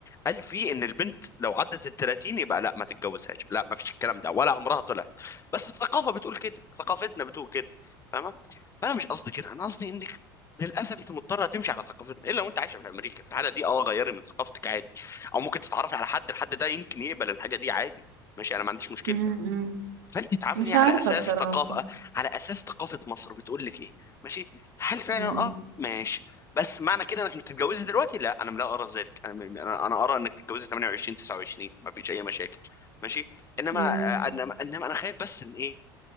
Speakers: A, on the left; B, on the right.
A: قال فيه ان البنت لو عدت ال 30 يبقى لا ما تتجوزهاش لا ما فيش الكلام ده ولا عمرها طلعت بس الثقافه بتقول كده ثقافتنا بتقول كده فاهمه فانا مش قصدي كده انا قصدي انك للاسف انت مضطره تمشي على ثقافتنا الا وانت عايشه في امريكا في الحاله دي اه غيري من ثقافتك عادي او ممكن تتعرفي على حد الحد ده يمكن يقبل الحاجه دي عادي ماشي انا ما عنديش مشكله
B: امم
A: فانت تعاملني
B: مش
A: على
B: عارفة
A: اساس
B: بصراحة
A: ثقافه على اساس ثقافه مصر بتقول لك ايه ماشي هل فعلا
B: امم
A: اه ماشي بس معنى كده انك بتتجوزي دلوقتي لا انا لا ارى ذلك انا انا أنا ارى انك تتجوزي 28 29 ما فيش اي مشاكل ماشي انما
B: امم
A: آه، انما انما انا خايف بس ان ايه